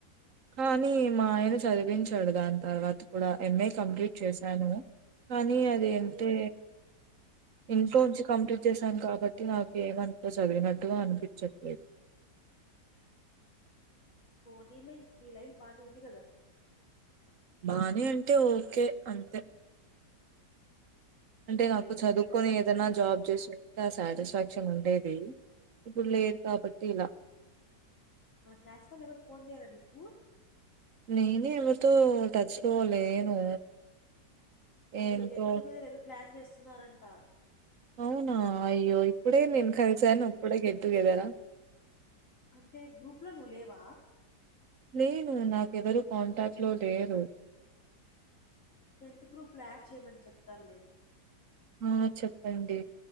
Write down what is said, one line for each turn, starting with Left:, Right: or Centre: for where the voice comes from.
Right: కానీ మా ఆయన చదివించాడు దాని తర్వాత కూడా ఎంఏ కంప్లీట్ చేశాను కానీ అది
Left: మరేమి
Right: అంటే ఇంట్లో నుంచి కంప్లీట్ చేశాను కాబట్టి నాకు ఏమంతా చదివినట్టుగా అనిపించట్లేదు
Left: పోనీలే నీ లైఫ్ బానే ఉంది కదా
Right: బానే అంటే ఓకే అంతే అంటే
Left: ఇంగేం
Right: నాకు చదువుకుని
Left: జేద్దాం.
Right: ఏదైనా జాబ్ చేస ఇ సాటిస్ఫాక్షన్ ఉండేది ఇప్పుడు లేదు కాబట్టి ఇలా.
Left: <inaudible> మా క్లాస్ వాళ్ళ ఎవరు ఫోన్ చేయ్యరా నీకు
Right: నేనే ఎవరితో టచ్ లో లేను
Left: అదే
Right: ఏంటో
Left: గెట్ టుగెదర్ ఏదో ప్లాన్ చేస్తున్నారంట
Right: అవునా అయ్యో ఇప్పుడే నేను కలిసాను ఇప్పుడే గెట్టు గెదరా
Left: అంటే గ్రూప్ లో నువ్వు లేవా
Right: నేను నాకెవరు కాంటాక్ట్ లో లేరు
Left: టెన్త్ గ్రూప్లో యాడ్ చేయమని చెప్తాను నేను
Right: ఆ చెప్పండి